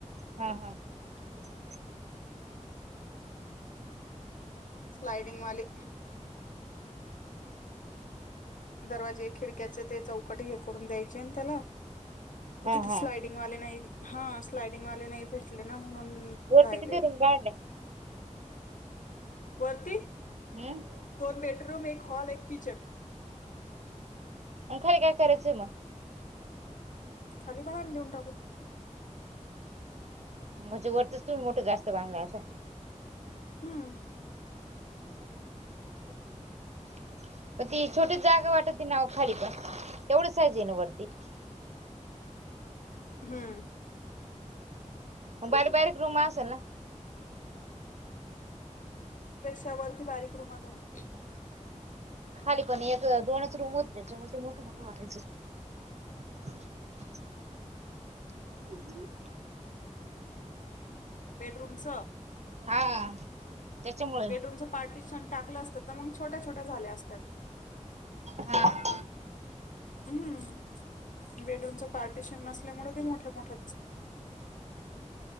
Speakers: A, on the right; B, on the left.
A: हम्म हम्म
B: स्लाइडिंग वाले. दरवाजे खिडक्याचे ते चौकट हे करून द्यायचे ना त्याला.
A: हा
B: तिथे
A: हा
B: स्लाइडिंगवाले नाही हा स्लाइडिंगवाले नाही भेटले ना म्हणून.
A: वरती
B: राहिलय
A: किती रूम काढले.
B: वरती
A: हम्म
B: दोन बेडरूम एक हॉल एक किचन
A: आणि खाली काय. करायचंय मग?
B: खाली भाड्याने देऊन टाकू.
A: म्हणजे वरतीच तुम्ही मोठ जास्त बांधला असाल.
B: हम्म
A: <unintelligible> मग ती छोटी जागा वाटत त ना खाली पण तेवढंच साईझ आहे ना वरती <inaudible>
B: हम्म
A: बाारीक बारीक रूम असेल ना
B: त्या वरती बारीक रुमा भर
A: खाली पण एक दोनच रूम होत, त्याच्या मग ते मोठ मोठ वाटायचं <inaudible> <inaudible>
B: रूमच.
A: हा त्याच्यामुळे
B: बेडरूम चा पार्टीशन टाकलं असतं मग छोट्या छोट्या झाल्या असत्यात.
A: हा
B: हम्म. बेडरूमच पार्टिशन नसल्यामुळे ते मोठ्या मोठ्या <unintelligible>